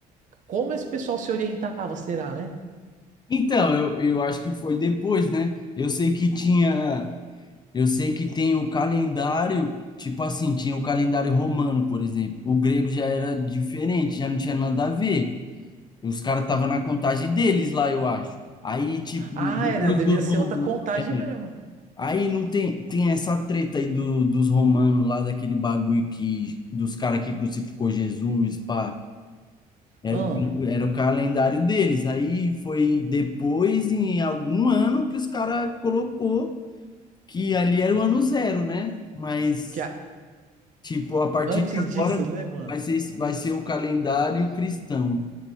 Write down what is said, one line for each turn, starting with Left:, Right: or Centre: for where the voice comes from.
Right: como esse pessoal se orientava, será, né?
Left: Então, eu, eu acho que foi depois, né? Eu sei que tinha, eu sei que tem o calendário, tipo assim, tinha o calendário romano, por exemplo. O grego já era diferente, já não tinha nada a ver. Os caras estavam na contagem deles lá, eu acho. Aí, tipo,
Right: Ah,
Left: depois
Right: era, devia
Left: dos
Right: ser
Left: romanos.
Right: outra contagem
Left: é,
Right: mesmo.
Left: Aí não tem, tem essa treta aí do, dos romanos lá, daquele bagulho que, dos caras que crucificou Jesus, pá. Era,
Right: Hum.
Left: o- era o calendário deles. Aí foi depois, em algum ano, que os caras colocou que ali era o ano zero, né? Mas,
Right: Que a-
Left: tipo, a partir
Right: antes
Left: de agora
Right: disso, né, mano?
Left: vai ser, vai ser o calendário cristão.